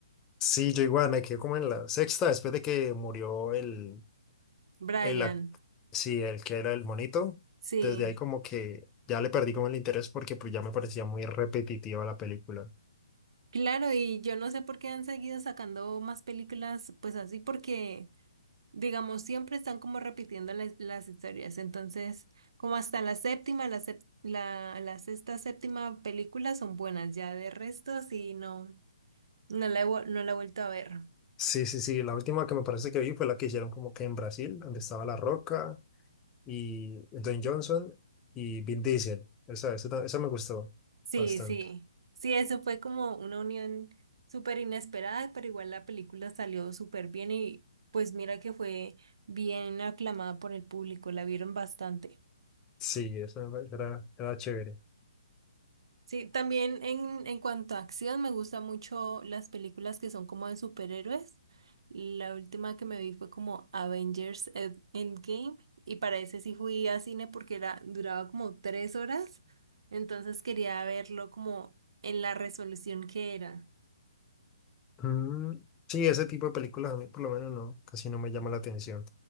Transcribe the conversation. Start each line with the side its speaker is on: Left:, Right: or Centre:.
Left: sí, yo igual me quedé como en la sexta después de que murió el,
Right: Brian,
Left: el, ac- sí, el que era el monito.
Right: sí.
Left: Desde ahí como que ya le perdí como el interés porque pues ya me parecía muy repetitiva la película.
Right: Claro, y yo no sé por qué han seguido sacando más películas pues así porque... digamos, siempre están como repitiendo las, las historias. Entonces, como hasta la séptima, la, sep- la, la sexta, séptima película son buenas. Ya de resto, sí, no, no la he, vuel- no la he vuelto a ver.
Left: Sí, sí, sí. La última que me parece que vi fue la que hicieron como que en Brasil, donde estaba La Roca y Dwayne Johnson y Vin Diesel. Esa, esa, ta- esa me gustó
Right: Sí,
Left: bastante.
Right: sí. Sí, eso fue como una unión súper inesperada, pero igual la película salió súper bien y pues mira que fue bien aclamada por el público, la vieron bastante.
Left: Sí, esa me- era, era chévere.
Right: Sí, también en, en cuanto a acción, me gustan mucho las películas que son como de superhéroes. La última que me vi fue como Avengers Ed- Endgame y para ese sí fui a cine porque era, duraba como tres horas, entonces quería verlo como en la resolución que era.
Left: Mm, sí, ese tipo de películas a mí por lo menos no, casi no me llama la atención.